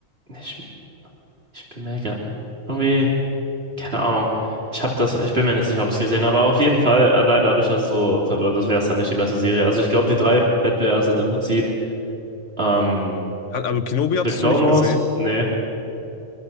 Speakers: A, on the right; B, on the left.
A: ich, ich bin mir grad irgendwie, keine Ahnung. Ich habe das, ich bin mir nicht sicher, ob ich es gesehen habe, aber auf jeden Fall, allein dadurch, dass es so verwirrt ist, wäre es dann nicht die beste Serie. Also ich glaube, die drei Wettbewerber sind im Prinzip ähm,
B: Hat, aber Kenobi hattest
A: The Clone
B: du nicht gesehen?
A: Wars? Nee.